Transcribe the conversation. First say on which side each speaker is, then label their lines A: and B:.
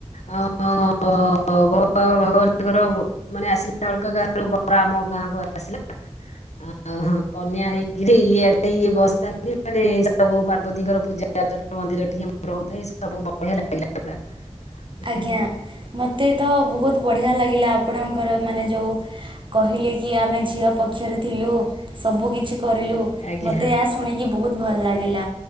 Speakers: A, on the left; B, on the right.
A: ଆ ଅ ଭଗବାନଙ୍କର ମାନେ ଆସିଲା ଅଲଗା ଗାଁରୁ ବର ଆମ ଗାଁ କୁ ଆସିଲା ଆ ହଁ। କନ୍ୟା ହେଇକିରି ଇଆଡେ ଇଏ ବସିଥାନ୍ତି ସବୁ ପାର୍ବତୀଙ୍କର ପୂଜା ଅର୍ଚ୍ଚନା ମନ୍ଦିର ଠି ଆମର ହଉଥାଏ ସବୁ ବଢିଆ ଲାଗିଲା ପୁରା
B: ଆଜ୍ଞା
A: ହୁଁ
B: ମୋତେ ତ ବହୁତ ବଢ଼ିଆ ଲାଗିଲା ଆପଣଙ୍କର ମାନେ ଯୋଉ କହିଲେ କି ଆମେ ଝିଅ ପକ୍ଷରେ ଥିଲୁ ସବୁକିଛି କରିଲୁ
A: ଆଜ୍ଞା
B: ମତେ ଏଇଆ ଶୁଣିକି ବହୁତ ଭଲ ଲାଗିଲା।